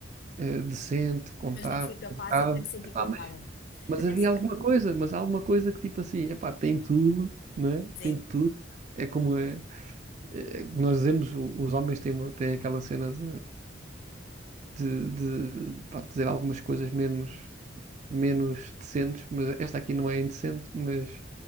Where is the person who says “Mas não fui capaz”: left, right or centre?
Left